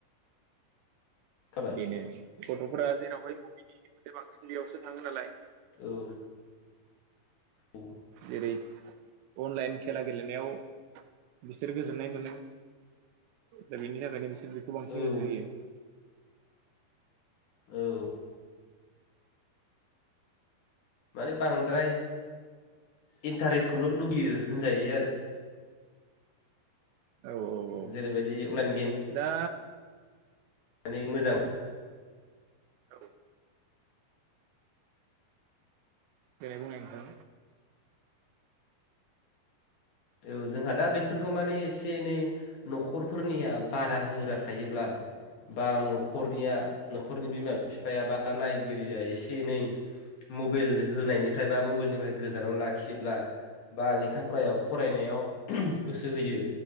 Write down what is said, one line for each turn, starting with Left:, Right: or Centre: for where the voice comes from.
Left: जाबाय
Right: बेनो गथ'फोरा जेरावहाय <unintelligible> बांसिन बेयावसो थाङो नालाय
Left: औ औ
Right: जेरै अनलाइन खेला गेलेनायाव बिसोर गोजोननाय मोनो दा बेनि बिसोर बेखौ बांसिन
Left: औ
Right: नोजोर होयो
Left: औ माने बांद्राय इन्टारेस्टखौल लुुबैयो होनजायो आरो
Right: औ औ औ
Left: जेरैबायदि अनलाइन
Right: दा
Left: माने मोजां
Right: औ देनाय बुंनाय नोंथां
Left: औ जोंहा दा बेफोरखौ माने एसे एनै न'खरफोरनिया बादा होग्रा थायोब्ला बा न'खरनिया न'खरनि बिमा बिफाया बा नायगिरिया एसे एनै मबाइल होनायनिफ्राय बा मबाइलनिफ्राय गोजानाव लाखियोब्ला बा लेखा फरायाव फरायनायाव गोसो होयो